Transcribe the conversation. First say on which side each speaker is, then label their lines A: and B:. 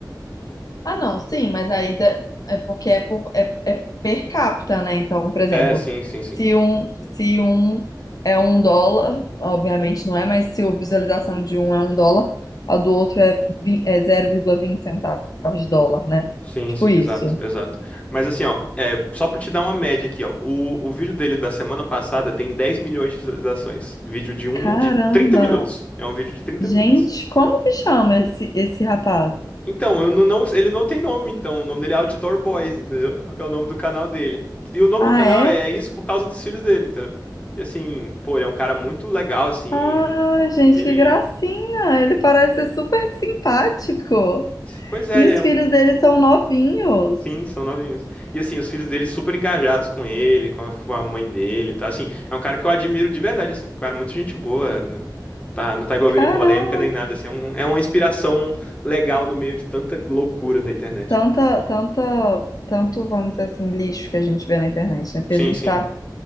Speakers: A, on the left (about 55°); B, on the left (about 20°).
A: Ah, não, sim, mas aí da- é porque é, por... é, é per capita, né? Então, por exemplo,
B: É, sim, sim, sim.
A: se um, se um é um dólar, obviamente não é, mas se a visualização de um é um dólar, a do outro é, vi- é zero vírgula vinte centavos de dólar, né?
B: Sim,
A: Tipo
B: sim,
A: isso.
B: exato, exato. Mas assim, ó, é, só pra te dar uma média aqui, ó. O, o vídeo dele da semana passada tem 10 milhões de visualizações. Vídeo de um,
A: Caramba!
B: de 30 minutos. É um vídeo de 30
A: Gente,
B: minutos.
A: como que chama esse, esse rapaz?
B: Então, eu não, não- ele não tem nome, então. O nome dele é Outdoor Boys, entendeu? Porque é o nome do canal dele. E o nome
A: Ah,
B: do canal
A: é?
B: é isso por causa dos filhos dele, entendeu? E assim, pô, ele é um cara muito legal, assim.
A: Ah,
B: vê-
A: gente,
B: vê Ele.
A: que gracinha! Ele parece ser super simpático.
B: Pois é,
A: E
B: ele
A: os
B: é
A: filhos
B: um,
A: dele são novinhos.
B: Sim, são novinhos. E assim, os filhos dele super engajados com ele, com a, com a mãe dele, tá? Assim, é um cara que eu admiro de verdade, assim, porque o cara é muito gente boa, não tá, não tá envolvido
A: Caramba,
B: em polêmica nem nada, assim, é um- é uma inspiração legal no meio de tanta loucura na internet.
A: tanta, tanta, tanto, vamos dizer assim, lixo que a gente vê na internet, né? Porque
B: Sim,
A: a gente
B: sim.
A: tá